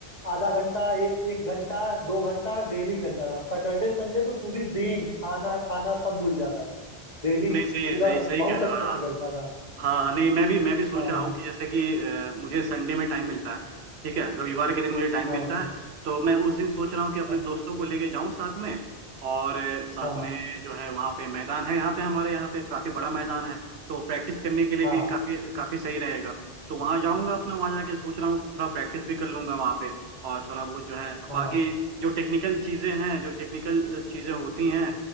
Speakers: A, on the left (about 40°); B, on the right (about 75°).
A: आधा घंटा ए, एक घंटा दो घंटा डेली खेलता था सैटरडे संडे तो पूरी दिन खाना खाना सब भूल जाता था डेली
B: नहीं सही
A: पूरा
B: सही सही
A: बहुत
B: कह रहे
A: अच्छे
B: हो हाँ
A: से खेलता था
B: हाँ नहीं मैं भी मैं भी सोच
A: हाँ
B: रहा हूँ कि जैसे कि अ, मुझे संडे में टाइम मिलता है ठीक है रविवार के दिन मुझे टाइम
A: हाँ
B: मिलता है तो मैं उस दिन सोच रहा हूँ कि अपने
A: हाँ
B: दोस्तों को लेके जाऊँ साथ में और अ, साथ
A: हाँ
B: में जो है वहाँ पे मैदान है यहाँ पे हमारे यहाँ पे काफी बड़ा मैदान है तो प्रैक्टिस करने के लिए
A: हाँ
B: भी काफी काफी सही रहेगा तो वहाँ जाऊँगा अपना वहाँ जाके सोच रहा हूँ थोड़ा प्रैक्टिस भी कर लूंगा वहाँ पे और थोड़ा बहुत जो है
A: हाँ
B: बाकी जो टेक्निकल चीजें हैं जो टेक्निकल चीजें होती हैं